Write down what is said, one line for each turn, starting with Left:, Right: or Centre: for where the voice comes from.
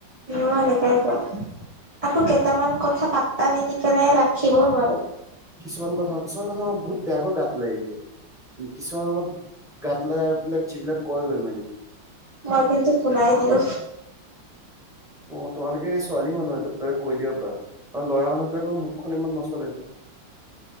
Right: নহয় এনেকৈ ক। আকৌ কেইটামান কথা পাত্তা নিদিকেনে ৰাখিবও নোৱাৰো।
Centre: কিছুমান কথা-কিছুমান কথা বহুত বেয়াকৈ গাত লাগি যায়। কিছুমান অলপ গাত লগা এইবিলাক যিবিলাক কয় মেমে
Right: মই কিন্তু শুনাই দিও।
Centre: অ, তোমালোকে ছোৱালী মানুহটো পতকে কৈ দিবা পাৰা। আৰু ল'ৰা মানুহ বিলাকৰ মুখখন ইমান নচলেটো।